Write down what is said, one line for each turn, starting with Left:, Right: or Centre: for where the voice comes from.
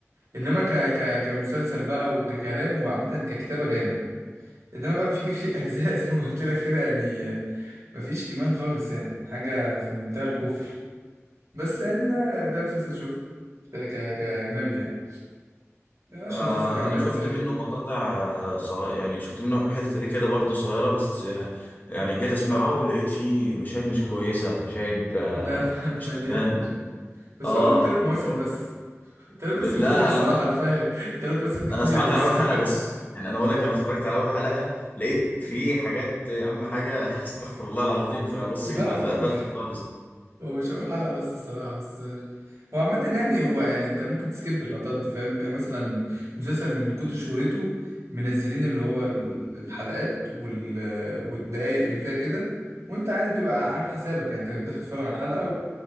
Right: انما ك ك كمسلسل بقى وككلام هو عامه ككتابه جامد انما بقى في في اجزاء <laughs> زي ما قلت لك كده يعني آه، مفيش ايمان خالص يعني حاجه في منتهى الكفر بس يعني ده ده مسلسل شفته ك ك- كاجنبي يعني ده اشهر
Left: آه...
Right: مسلسل اجنبي
Left: انا شفت
Right: تقريبا
Left: منه مقاطع آه، صغ... يعني شفت منه حتت كده برضه صغيرة بس آه... يعني جيت اسمعه لقيت فيه مشاهد مش كويسة مشاهد آه...
Right: ده <laughs>
Left: مش
Right: مليان
Left: تمام
Right: مش عارف. بس
Left: اه
Right: هو اول ثلاث
Left: و...
Right: مواسم بس تلات مواسم
Left: لا
Right: كتير الصراحة أنا فاهم <laughs> تلات مواسم كتير
Left: انا سمعت
Right: بس
Left: على اول
Right: <laughs>
Left: حلقه بس يعني انا بقول لك انا اتفرجت على اول حلقه لقيت في حاجات يا عم حاجه <laughs> استغفر الله العظيم فبص
Right: لا
Left: ما
Right: هو
Left: فقفلت خالص
Right: هو مش أول حلقة بس الصراحة بس ماشي. هو عامة يعني هو يعني أنت ممكن تسكيب اللقطات دي فاهم بيبقى مثلا مسلسل من كتر شهرته منزلين اللي هو ال- الحلقات وال... والدقايق اللي فيها كده وأنت عادي بتبقى عامل حسابك يعني أنت بتدخل تتفرج على الحلقة